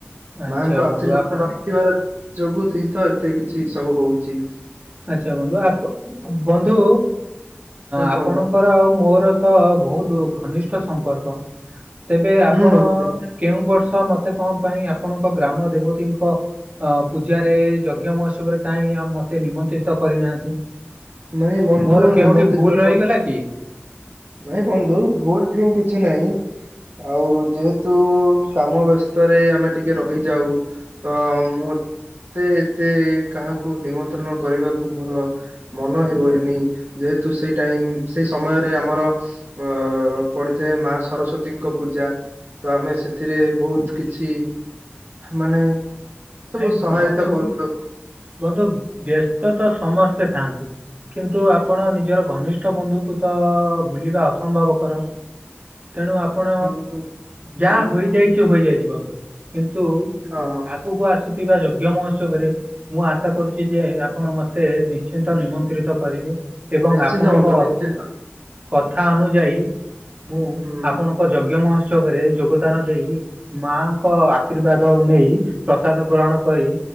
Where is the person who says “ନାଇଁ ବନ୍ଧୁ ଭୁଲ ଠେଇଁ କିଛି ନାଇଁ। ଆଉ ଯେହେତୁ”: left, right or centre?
Right